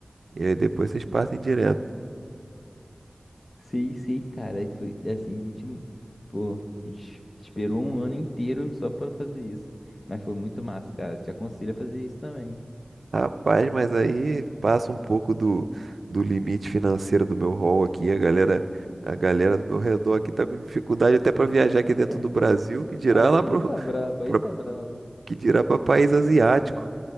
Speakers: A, on the right; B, on the left.
A: e aí depois vocês partem direto.
B: Sei, sei, cara. E foi e assim, a gente, pô, a gente esperou um ano inteiro só pra fazer isso. Mas foi muito massa, cara. Te aconselho a fazer isso também.
A: Rapaz, mas aí passa um pouco do, do limite financeiro do meu hall aqui. A galera, a galera do meu redor aqui tá com dificuldade até para viajar aqui
B: E
A: dentro
B: é,
A: do Brasil, que dirá
B: Aí
A: lá pro,
B: tá brabo,
A: <laughs>
B: aí
A: pra-
B: tá brabo.
A: que dirá para país asiático.